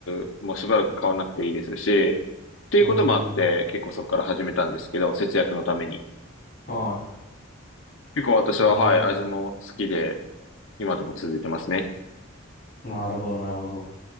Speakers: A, on the left; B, on the left.
A: スもしばらく買わなくていいですし、っていうこともあって、
B: うーん。
A: 結構そこから始めたんですけど、節約のために。
B: は
A: 結構私は、
B: い。なるほど。
A: はい、味も好きで、今でも続いてますね。
B: なるほどなるほど。